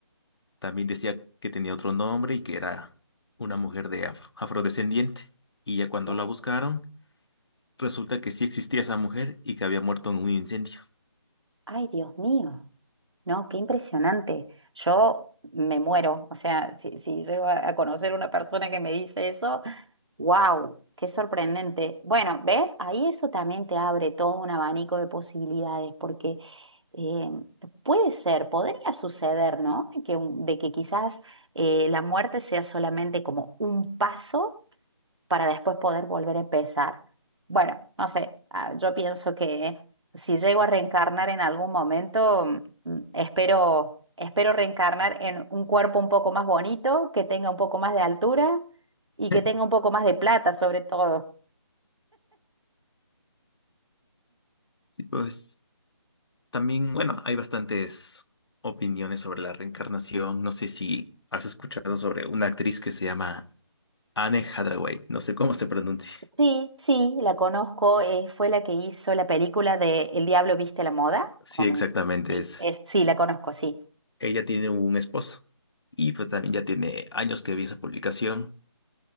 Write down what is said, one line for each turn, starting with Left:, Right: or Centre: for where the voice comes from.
Left: También decía que tenía otro nombre y que era una mujer de af- afrodescendiente. Y ya cuando
Right: wow,
Left: la buscaron, resulta que sí existía esa mujer y que había muerto en un incendio.
Right: ay, Dios mío. No, qué impresionante. Yo me muero. O sea, si, si llego a a conocer una persona que me dice eso, wow, qué sorprendente. Bueno, ¿ves? Ahí eso también te abre todo un abanico de posibilidades, porque eh, puede ser, podría suceder, ¿no? Que, un- de que quizás eh, la muerte sea solamente como un paso para después poder volver a empezar. Bueno, no sé, ah, yo pienso que si llego a reencarnar en algún momento, mm, mm, espero, espero reencarnar en un cuerpo un poco más bonito, que tenga un poco más de altura y que
Left: <laughs>
Right: tenga un poco más de plata, sobre todo.
Left: Sí, pues también, bueno, hay bastantes opiniones sobre la reencarnación. No sé si has escuchado sobre una actriz que se llama Anne Hathaway. No sé cómo se pronuncia.
Right: Sí, sí, la conozco, eh, fue la que hizo la película de El Diablo Viste a la Moda.
Left: Sí,
Right: con-
Left: exactamente
Right: Sí,
Left: es.
Right: es- sí, la conozco, sí.
Left: Ella tiene un esposo y pues también ya tiene años que vi esa publicación